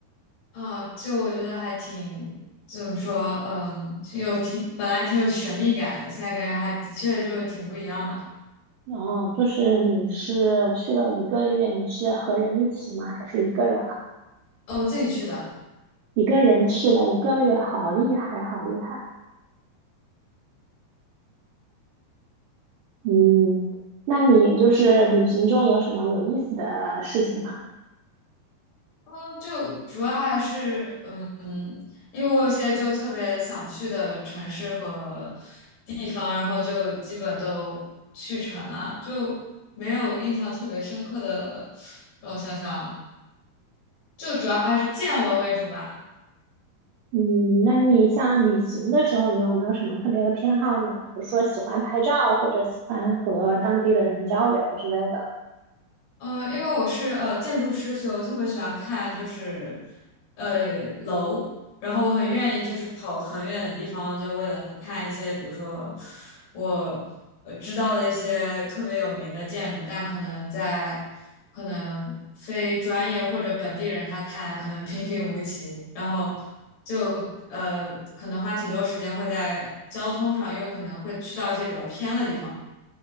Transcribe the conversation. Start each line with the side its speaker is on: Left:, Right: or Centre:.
Left: 啊、就我觉得还挺怎么说，嗯、就有挺本来挺有神秘感的，现在感觉还的确就挺不一样嘛。
Right: 然后就是你是去了一个月，你是和人一起吗？还是一个人啊？
Left: 哦，我自己去的，
Right: 一个人去了一个月，好厉害，好厉害。嗯，那你就是旅行中有什么有意思的事情吗？
Left: 嗯，就主要还是嗯，因为我现在就特别想去的城市和地方，然后就基本都去成了，就没有印象特别深刻的。让我想想，就主要还是见闻为主吧。
Right: 嗯，那你像旅行的时候，你有没有什么特别的偏好呢？比如说喜欢拍照，或者喜欢和当地的人交流之类的。
Left: 呃，因为我是呃建筑师，所以我特别喜欢看就是呃楼，然后我很愿意就是跑很远的地方，就为了看一些，比如说我呃知道的一些特别有名的建筑，但可能在可能非专业或者本地人他看来可能平平无奇，然后就呃可能花挺多时间会在交通上，因为可能会去到一些比较偏的地方。